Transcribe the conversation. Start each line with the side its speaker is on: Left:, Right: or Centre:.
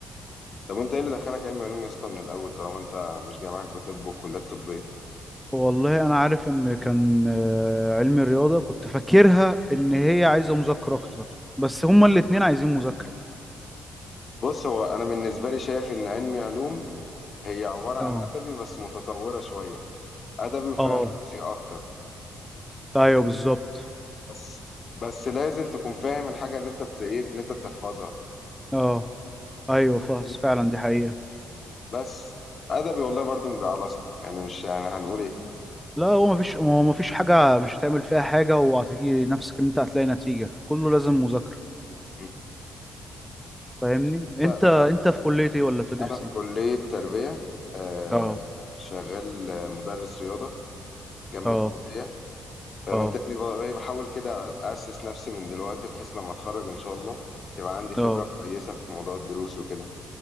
Left: طب انت ايه اللي دخلك علم علوم يا اسطى من الاول طالما انت مش جاي معاك بطب وكليات طبية
Centre: والله انا عارف ان كان آه، علمي رياضة كنت فاكرها ان هي عايزة مذاكرة اكتر بس هما الاتنين عايزين مذاكرة
Left: بص هو انا بالنسبة لي شايف ان علم علوم هي عبارة عن
Centre: اه
Left: ادبي بس متطورة شوية ادبي وفيها
Centre: اه
Left: حفظي اكتر
Centre: ايوه بالظبط
Left: بس بس لازم تكون فاهم الحاجة اللي انت بت... إيه اللي انت بتحفظها
Centre: اه ايوه فاس
Left: فاهمني
Centre: فعلا دي حقيقة
Left: بس ادبي والله برضو مجعلصة يعني مش يعني هنقول ايه
Centre: لا هو مفيش هو مفيش حاجة مش هتعمل فيها حاجة وهتيجي نفسك ان انت هتلاقي نتيجة كله لازم مذاكرة
Left: م.
Centre: فاهمني انت
Left: انا
Centre: انت في كلية ايه ولا بتدرس
Left: أنا في
Centre: ايه
Left: كلية تربية آه،
Centre: اه
Left: شغال آه، مدرس رياضة جنب
Centre: اه
Left: الكلية فبالتالي
Centre: اه
Left: ب- بحاول كده أسس نفسي من دلوقتي بحيث لما أتخرج إن شاء الله يبقى عندي خبرة
Centre: اه
Left: كويسة في موضوع الدروس وكده